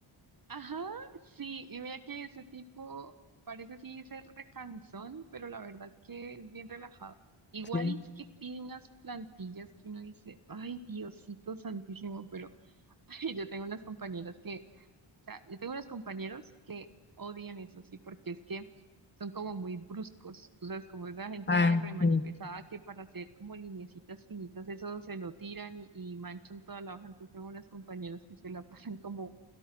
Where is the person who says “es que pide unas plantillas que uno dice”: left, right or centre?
Right